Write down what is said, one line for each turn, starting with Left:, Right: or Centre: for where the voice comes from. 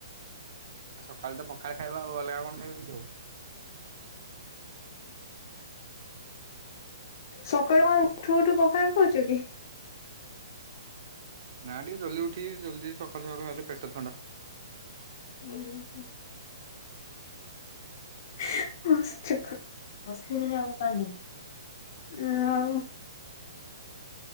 Right: ଆ ସକାଳୁ ତ ପଖାଳ ଖାଇବା ଆଉ ଅଲଗା କଣ ଖାଇବ କି ଆଉ।
Left: ସକାଳୁ ଆ ଉଠୁ ଉଠୁ ପଖ ଖହୁଛୁ କି?
Right: ନା ଟିକେ ଜଲଦି ଉଠି ଜଲଦି ସକାଳୁ ସକାଳୁ ଖଲେ ପେଟ ଥଣ୍ଡା।
Left: ହୁଁ ହ। ହ ଆମ କା ଆ <inaudible>